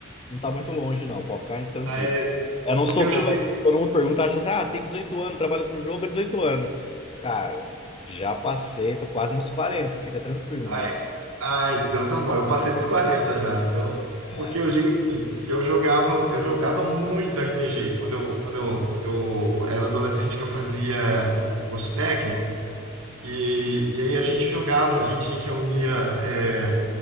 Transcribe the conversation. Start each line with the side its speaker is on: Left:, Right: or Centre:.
Left: não tá muito longe, não, pode ficar tranquilo.
Right: Ah, é,
Left: Eu não
Right: Porque
Left: sou
Right: eu
Left: novo,
Right: joguei.
Left: é- todo mundo pergunta, acha assim, ah, tem 18 anos, trabalha com jogo há 18 anos. Cara, já passei, tô quase nos 40, fica tranquilo,
Right: Ah,
Left: mas.
Right: ah, então tá bom. Eu passei dos 40 já. Então,
Left: é,
Right: porque eu digo assim, que eu jogava, eu jogava muito RPG. Quando eu, quando eu, eu era adolescente que eu fazia curso técnico. E, e aí a gente jogava, a gente reunia é,